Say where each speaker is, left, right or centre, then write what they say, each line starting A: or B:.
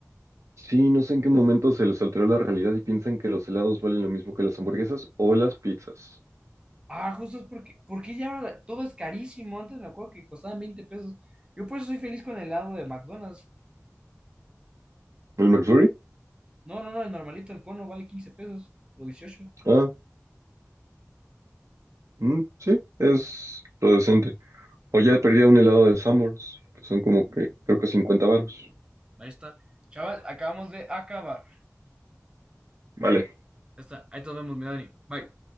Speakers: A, on the right; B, on the right.
A: Sí, no sé en qué momento se les alteró la realidad y piensan que los helados valen lo mismo que las hamburguesas o las pizzas.
B: Ah, justo es porque, porque ya ahora la- todo es carísimo. Antes me acuerdo que costaban 20 pesos. Yo por eso soy feliz con el helado de McDonald's.
A: ¿El McFlurry?
B: No, no, no, el normalito, el cono vale 15 pesos o dieciocho.
A: Ah, mm, sí, es lo decente. O ya perdí un helado de Sanborns, que son como que creo que 50 baros.
B: Ahí está. Chaval, acabamos de acabar.
A: Vale,
B: Ya está. Ahí te vemos, mi Dani. Bye.